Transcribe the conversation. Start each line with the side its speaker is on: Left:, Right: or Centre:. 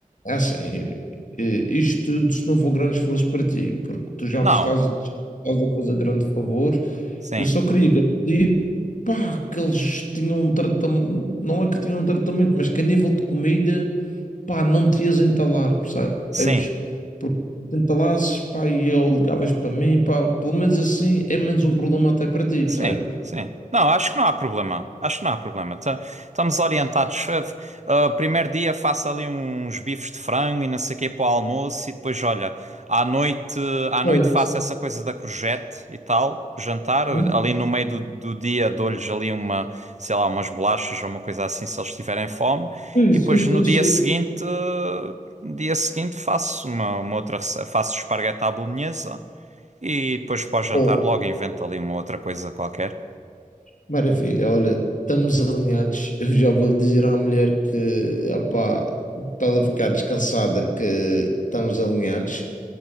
Left: é assim, Yuri, eh, isto tudo se não for grande esforço para ti, porque tu já
Right: Não.
Left: me estás, já me estás a fazer grande favor
Right: Sim,
Left: eu só queria garantir, pá, que eles tinham um tratamento, não é que tinham um tratamento, mas que a nível de comida, pá, não te ias entalar, percebes?
Right: sim.
Left: Porque te entalasses, pá, e eu ligavas para mim, pá, pelo menos assim é menos um problema até para ti,
Right: Sim,
Left: percebes?
Right: sim. Não, acho que não há problema. Acho que não há problema. Ta- Estamos orientados. Ah, ah, primeiro dia faço ali uns bifes de frango e não sei o quê para o almoço e depois, olha, à noite, à noite
Left: É isso,
Right: faço essa coisa da courgette e tal, jantar. Ali
Left: é
Right: no meio do, do dia dou-lhes ali uma, sei lá, umas bolachas ou uma coisa assim se eles tiverem fome.
Left: isso,
Right: E depois
Left: é
Right: no
Left: isso.
Right: dia seguinte,
Left: é
Right: ah, no dia seguinte faço uma, uma outra rece- faço esparguete à bolonhesa. E depois para o jantar
Left: isso.
Right: logo inventa ali uma outra coisa qualquer.
Left: Maravilha, olha, estamos alinhados. Eu já vou dizer à mulher que, opá, para ela ficar descansada, que estamos alinhados.